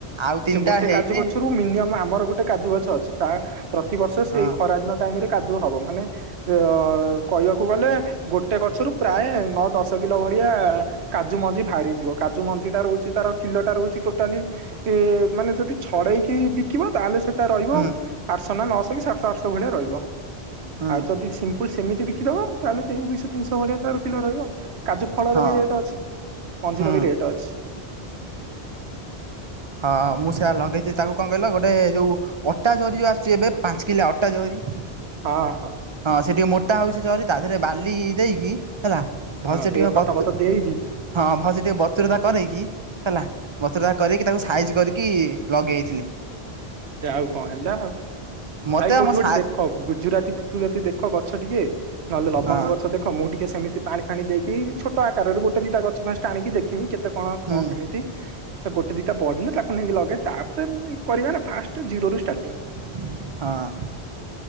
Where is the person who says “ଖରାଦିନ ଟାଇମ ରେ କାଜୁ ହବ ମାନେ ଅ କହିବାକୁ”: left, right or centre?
Right